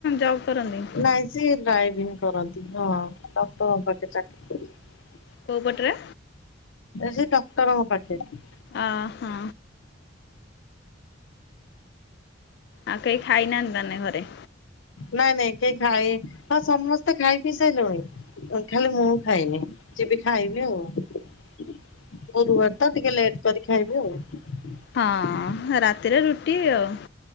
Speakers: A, on the left (about 60°); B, on the left (about 80°).
A: ଜବ କରନ୍ତି?
B: ନାଇଁ ସେ <unintelligible>
A: କୋଉପଟରେ?
B: ସେ ଡକ୍ଟରଙ୍କ ପାଖେରେ।
A: ଆ ହା। ଆଉ କେହି ଖାଇନାହାନ୍ତି ତାନେ ଘରେ?
B: ନାଇଁ ନାଇଁ କେହି ଖାଏ ହଁ ସମସ୍ତେ ଖାଇ ପି ସାଇଲେୁଣି। ଖାଲି ମୁଁ ଖାଇନି ଯି ବି ଖାଇବି ଆଉ। ଗୁରୁବାର ତ ଟିକେ ଲେଟ କରି ଖାଇବି ଆଉ।
A: ଖାଇବୁ ଆଉ। ରାତିରେ ରୁଟି ଆଉ।